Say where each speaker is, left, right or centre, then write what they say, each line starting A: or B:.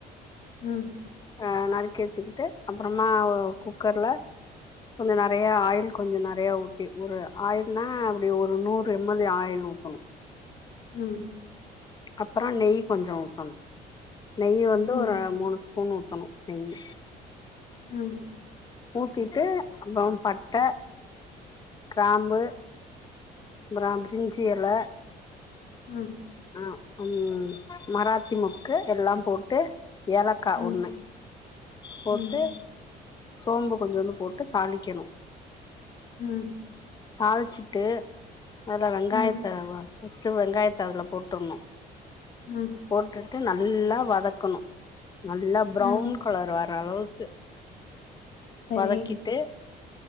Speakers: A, on the left; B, on the left.
A: ம்
B: அ நறுக்கி வச்சுக்கிட்டு அப்புறமா குக்கர்ல கொஞ்ச நறையா ஆயில் கொஞ்ச நறையா ஊத்தி ஒரு ஆயில்னா அப்டி ஒரு நூறு எம்எல் ஆயில் ஊத்தணு
A: ம்
B: அப்புறோ நெய் கொஞ்சோ ஊத்தணு நெய் வந்து
A: ம்,
B: ஒரு மூணு ஸ்பூன் ஊத்தணு நெய்யி
A: ம்
B: ஊத்திட்டு அப்றோ பட்ட கிராம்பு அப்றா பிரிஞ்சி எல
A: ம்
B: ஆ ம் மராத்தி முக்கு எல்லா போட்டு ஏலக்கா
A: ம்,
B: ஒன்னு போட்டு
A: ம்,
B: சோம்பு கொஞ்சோன்டு போட்டு தாளிக்கணு
A: ம்
B: தாளிச்சிட்டு அதுல வெங்காயத்த
A: ம்,
B: வ ஃபஸ்ட்டு வெங்காயத்த அதுல போட்டுர்ணு
A: ம்
B: போட்டுட்டு நல்லா வதக்கணு நல்லா ப்ரவ்ன்
A: ம்.
B: கலர் வர்ற அளவுக்கு
A: சரி.
B: வதக்கிட்டு